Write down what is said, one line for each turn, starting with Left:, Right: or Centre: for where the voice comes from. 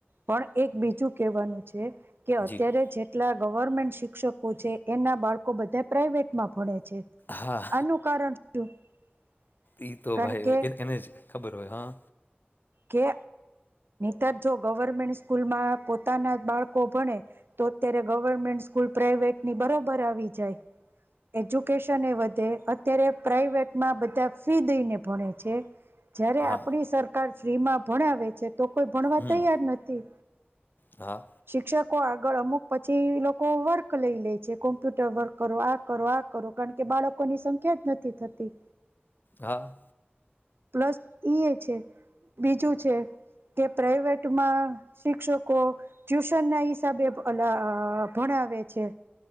Right: પણ એક બીજું કેવાનું છે કે અત્યારે
Left: જી છે
Right: જેટલા ગવર્મેન્ટ શિક ક્ષકો છે એના બાળકો બધા પ્રાઈવેટમાં ભણે છે
Left: હા
Right: આનું કારણ <unintelligible>
Left: ઈ તો
Right: કારણ
Left: ભાઈ
Right: કે
Left: એ- એને જ ખબર હોય હા.
Right: કે તર જો ગવર્મેન્ટ સ્કૂલમાં પોતાના બાળકો ભણે તો અત્યારે ગવર્મેન્ટ સ્કૂલ પ્રાાઈવેટની બરોબર આવી જાય. એજ્યુકેશન એ વધે અત્યારે પ્રાઈવેટમાં બધા ફી દઈને ભણે છે. જ્યારે
Left: હા.
Right: આપણી સરકાર ફ્રી માં ભણાવે છે, તો કોઈ ભણવા
Left: હમ.
Right: તૈયાર નથી
Left: હા
Right: શિક્ષકો આગળ અમુક પછી લોકો વર્ક લઈ લે છે, કોમ્પ્યુટર વર્ક કરો આ કરો આ કરો કારણ કે, બાળકોની સંખ્યા જ નથી થતી
Left: હા
Right: પ્લસ ઈ છે. બીજું છે. કે પ્રાાઈવેટમાં શિક્ષકો ટ્યુશન ના હિસાબે ભણાવે છે,